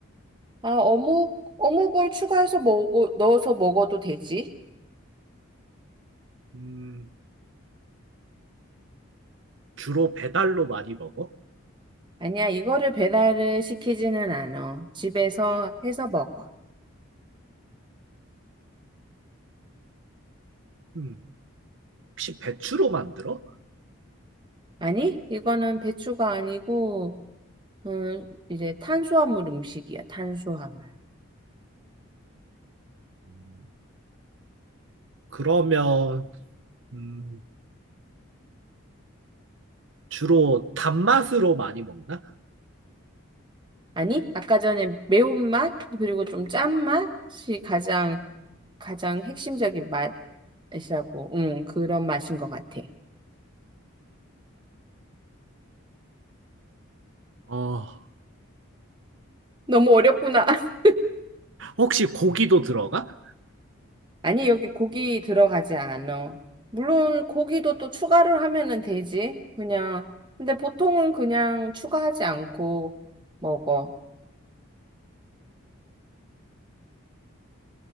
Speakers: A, on the right (about 20°); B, on the right (about 60°).
A: 아, 어묵, 어묵을 추가해서 먹어, 넣어서 먹어도 되지?
B: 음. 주로 배달로 많이 먹어?
A: 아니야, 이거를 배달을 시키지는 않아. 집에서 해서 먹어.
B: 음. 혹시 배추로 만들어?
A: 아니, 이거는 배추가 아니고, 음, 이제 탄수화물 음식이야, 탄수화물.
B: 음. 그러면 음, 주로 단맛으로 많이 먹나?
A: 아니, 아까 전에 매운맛, 그리고 좀 짠맛이 가장, 가장 핵심적인 맛이라고, 음, 그런 맛인 것 같아.
B: 어,
A: 너무 어렵구나. <laughs>
B: 혹시 고기도 들어가?
A: 아니, 여기 고기 들어가지 않아. 물론 고기도 또 추가를 하면은 되지. 그냥. 근데 보통은 그냥 추가하지 않고 먹어.